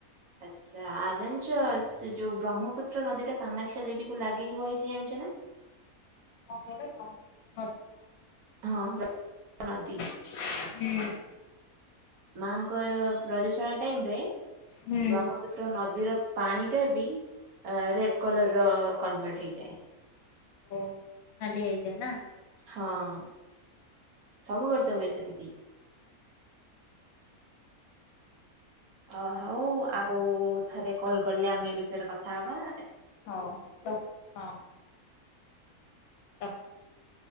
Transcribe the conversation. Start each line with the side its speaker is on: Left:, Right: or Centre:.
Right: ଆଚ୍ଛା ଆ ଜାଣିଛ ସେ ଯୋଉ ବ୍ରହ୍ମପୁତ୍ର ନଦୀଟା କାମାକ୍ଷା ଦେବୀକୁୁ ଲାଗିକି ବହିଛି ଜାଣିଛ ନା।
Left: କଣ <inaudible>
Right: ହଁ ବ୍ରହ୍ମପୁତ୍ର ନଦୀ।
Left: ହୁଁ।
Right: ମାଙ୍କ ରଜଶାଳା ଟାଇମରେ
Left: ହୁଁ।
Right: ବ୍ରହ୍ମପୁତ୍ର ନଦୀର ପାଣିଟା ବି ରେଡ କଲରର କନଭର୍ଟ ହେଇଯାଏ।
Left: ଓହୋ ନାଲି ହେଇଯାଏ ନା।
Right: ହଁ ସବୁ ବର୍ଷ
Left: ଭଲ
Right: ହୁଏ
Left: କଥା
Right: ସେମିତି। ଅ ହଉ ଆଉ ଥରେ କଲ କଲେ ଆମେ ଏ ବିଷୟରେ କଥା ହେବା।
Left: ହଁ ରଖୁଛି ହଁ। <inaudible>